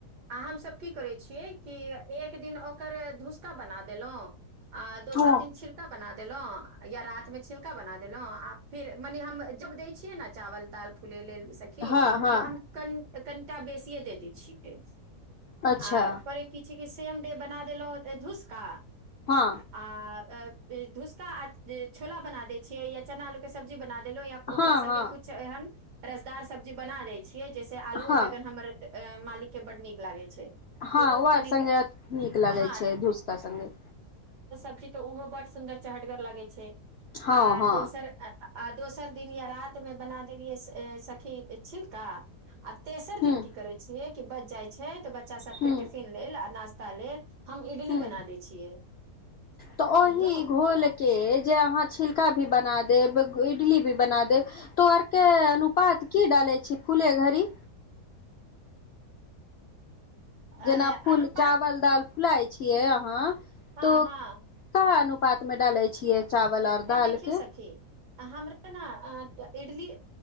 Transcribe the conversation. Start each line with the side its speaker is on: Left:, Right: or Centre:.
Right: आ हमसभ की करै छियै। कि एक दिन ओकर धूसका बना देलहुँ। आ दोसर
Left: हँ
Right: दिन छिरका बना द देलहुँ, या रातमे छिलका बना देलो आ फिर मने हम जब दै छियै ने, चावल दाल फूलै लेल, विशाखी।
Left: हँ हँ
Right: तऽ हम क क। टा बेसिय दे दी छिय।
Left: अच्छा
Right: आप कि। सेम डे बना देलहुे धूसका।
Left: हँ
Right: आ। भूसका छोला बना देय छियै, या चना आलू के सब्जी बना दे दहु या ओकरा
Left: हँ
Right: सङ्गे
Left: हँ
Right: कछु एहन। रसदार सब्जी बना दे छीये जैसे आलुओ
Left: हँ
Right: बैगन हमर मालिक के बड नीक लागे छै।
Left: हँ
Right: तऽ
Left: ओ आर
Right: कनिक
Left: सङ्गे नीक लगै
Right: हँ
Left: छै, भूसका सङ्गे।
Right: ी तऽ ओहो बड सुन्दर चहटगर लागै छै। आ
Left: हँ हँ
Right: दोसर! 'आ दोसर' दिन या रात में बना देलियै से? सखी छी। आ तेसर
Left: हूँ
Right: दिन की करै छियै? बच जाइ छै तऽ! बच्चा सबके
Left: हूँ
Right: टफिन लेल आ नाा। काले। हम इडली
Left: हूँ
Right: बना दै छियै।
Left: तऽ ओहि
Right: बुझलहु
Left: घोल के जे अहाँ! छिलका भी बना देब, इडली भी बना देब, तो आरके अनुपात की डालै छी, फूले घड़ी? जेना
Right: अ
Left: फूल
Right: अनुपात
Left: चावल दाल। खुलाइ छियै अहाँ।
Right: हँ
Left: त
Right: हँ
Left: कहनु। पातमे डालैत छियै। चावल आऔर
Right: ए
Left: दाल
Right: देखियौ
Left: के।
Right: सखी हमरा ने इडली